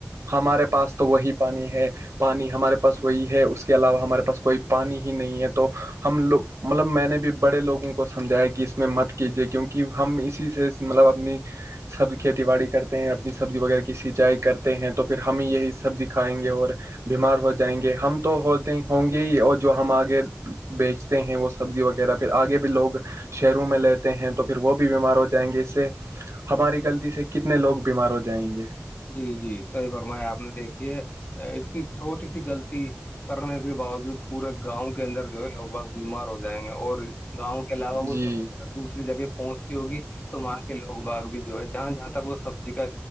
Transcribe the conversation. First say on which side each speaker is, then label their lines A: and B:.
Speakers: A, on the right; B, on the left.
A: ہمارے پاس تو وہی پانی ہے پانی ہمارے پاس وہی ہے اس کے علاوہ ہمارے پاس کوئی پانی ہی نہیں ہے تو ہم لوگ مطلب میں نے بھی بڑے لوگوں کو سمجھایا کہ اس میں مت کیجیے کیونکہ ہم اسی سے مطلب اپنی سب کھیتی باڑی کرتے ہیں اپنی سبزی وغیرہ کی سینچائی کرتے ہیں تو پھر ہم یہی سبزی کھائیں گے اور بیمار ہو جائیں گے ہم تو ہوتے ہوں گے ہی اور جو ہم آگے بیچ ہیں وہ سبزی وغیرہ پھر آگے بھی لوگ شہروں میں لیتے ہیں تو پھر وہ بھی بیمار ہو جائیں گے اس سے ہماری غلطی سے کتنے لوگ بیمار ہو جائیں گے
B: جی جی صحیح فرمایا آپ نے دیکھی ہے اس کی چھوٹی سی غلطی کرنے کے باوجود پورے گاؤں کے اندر جو ہے لوگ بگ بیمار ہو جائیں گے اور گاؤں کے علاوہ وہ
A: جی
B: سبزی اگر دوسری جگہ پہنچتی ہوگی تو وہاں کے لوگ باغ بھی جو ہے جہاں جہاں تک وہ سبزی کا